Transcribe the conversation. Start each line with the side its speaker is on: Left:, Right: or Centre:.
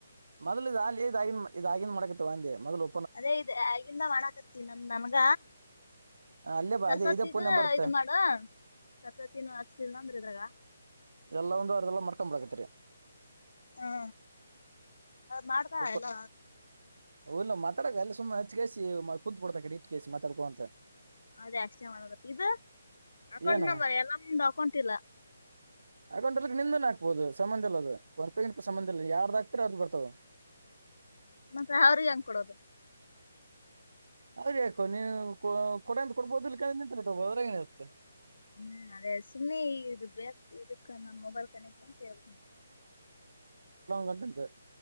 Right: ಮೊದಲ ಇದ ಅ ಇದ ಇದ ಆಗನ್ ಮಾಡಕತ್ತವಾ ಅಂದೆ ಮೊದ್ಲು.
Left: ಅದೇ ಇ ಈಗಂದ ಮಾಡಣಾಕತ್ತ ನನಗ.
Right: ಆ, ಅಲ್ಲೇ ಬಾ
Left: ಸರಸ್ವತಿದ
Right: ಅದೇ ಇದೇ ಫೋನ್ ನಂಬರ್ ಬರುತ್ತೆ
Left: ಇದು ಮಾಡು ಸರಸ್ವತಿನೂ ಹಚ್ಲ್ಂದ್ರ ಇದ್ರಾಗ.
Right: ಎಲ್ಲಾ ಒಂದು ಅದ್ರಲ್ಲೇ ಮಡ್ಕೋ ಬಿಡ್ತೀರಿ.
Left: ಹ್ಮ ಮಾಡ್ದಾ
Right: ಓಪನ್
Left: ಎಲ್ಲ
Right: ಇಲ್ಲ ಮಾತಾಡಕ ಅಲ್ಲ ಸುಮ್ಮ್ ಹಚ್ ಕಾಯಸಿ ಕುೂತ್ ಕುಂತುಬಿಡ್ತು ಕುಂತ್ಬಿಡುತ್ತೆ ಆ ಕಡೆ ಇಟ್ ಕಾಯಿಸಿ ಮಾತಾಡ್ಕೊಂತ.
Left: ಅದೇ ಆಕ್ಸ್ಚೇಜ್ ಎಕ್ಸ್ಚೇಂಜ್ ಮಾಡಬೇಕು ಇದು ಅಕೌಂಟ್
Right: ಏನು
Left: ನಂಬರ್ ಎಲ್ಲ ಅಮ್ಮಂದು ಅಕೌಂಟ್ ಇಲ್ಲ.
Right: ಆಗೊಂಡ್ರ ನಿಂದನ್ ಹಾಕ್ಬಹುದು ಸಂಬಂಧ ಇಲ್ಲ ಅದು ಹೊರ್ಪಗಿಪ ಸಂಬಂಧ ಇಲ್ಲ ಯಾರ್ದ ಹಾಕ್ತಾರ ಅದ್ರು ಬರ್ತಾವು. <inaudible>
Left: ಮತ್ತೆ ಅವ್ರಿ ಹೆಂಗ್ ಕೊಡೋದು.
Right: ಅವ್ರ್ ಯಾಕೋ ನೀವು ಕೊ ಕೊಡಂತ ಕೊಡ್ಬೋದು ಕದ್ದಿರ ನಿಂತ್ ಅದ್ರಾಗ ಏನ್ ಐತ್ತೆ
Left: ಹ್ಮ್ ಅದೇ ಸುಮ್ಮ್ನೆ ಇದು ಬೇಕು ಇದಕ್ಕ ನಮ್ಮ್ ಮೊಬೈಲ್ ಕನೆಕ್ಟ್ ಅಂತ ಹೇಳ
Right: ಗಂಡಂದೆ